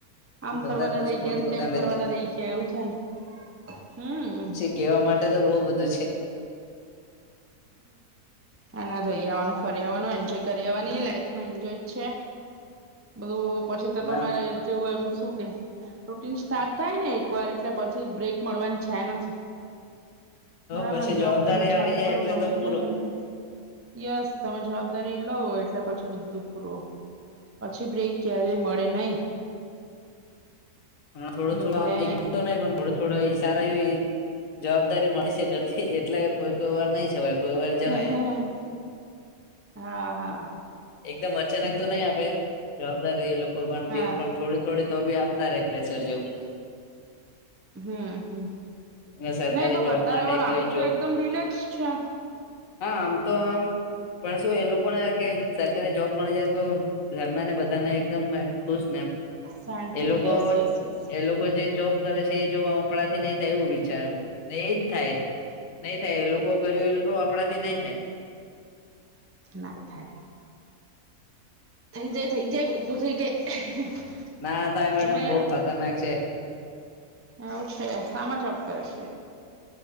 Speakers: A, on the right (about 20°); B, on the left (about 60°).
A: આમ
B: બધા
A: કરવાના
B: પછી
A: રહી
B: પોત
A: ગયા
B: પોતાની
A: તેમ કરવાના
B: રીતે
A: રહી ગયા એવું થાય હમ
B: કહેવા માટે તો બહુ બધું છે
A: અને રહી આવાનું ફરી આવવાનું એન્જોય કરીવાની લાઈફમાં ઇન્જોય છે બધું પછી તો તમારે
B: ના
A: જેવું એમ શું કે રૂટીન સ્ટાર્ટ થાય ને એકવાર એટલે પછી બ્રેક મળવાની થાય નથી બરાબરને
B: પછી
A: જોબ
B: જવાબદારી
A: તમે ચાલુ
B: આવી જાય
A: કરો
B: એટલે
A: ગમે
B: તો પૂરું
A: ત્યાં હમ યસ તમે જવાબદારી લવ એટલે પછી બધું પૂરું પછી બ્રેક ક્યારેય મળે નહી
B: થોડું થોડું
A: એટલે
B: આમ એકદમ તો નહી પણ થોડું થોડુ એ સારા એવી જવાબદારી મળી છે ઘરથી એટલે કોઈ કોઈ વાર નહી જવાય કોઈ વાર
A: હા
B: જવાય
A: હા હ
B: એકદમ અચાનક તો નહી આપે જવાબદારી એ લોકો પણ
A: હા
B: પણ થોડી થોડી તો બી આપે આપતા રે પ્રેેશસર જેવું
A: હમ્મ હમ્મ
B: અને સરકારી
A: નહી એ તો કરતા
B: જોબ માટે
A: રહેવાનું
B: કઈ
A: આપડું
B: જોબ
A: તો એકદમ રિલેક્સ છે
B: હા આમ તો આમ પણ શું એ લોકોને કે સરકારી જોબ મળી જાય તો ઘરનાને બધા ને એકદમ ખુશ ને એમ
A: શાંતિ
B: એ લોકો
A: યસ યસ યસ
B: એ લોકો જે જોબ કરે છે એ જોબ આપડાથી નહી થાય એવું વિચારે ને એજ થાય નઈ થાય એ લોકો કર્યું એલૂ આપડાથી નઈ થાય
A: ના થાય થઈ જાય થઈ જાય બધું થઈ જાય
B: ના થાય મેડમ
A: સમય
B: બહું ખતરનાક છે
A: એવું છે શામાં જોબ કરે છે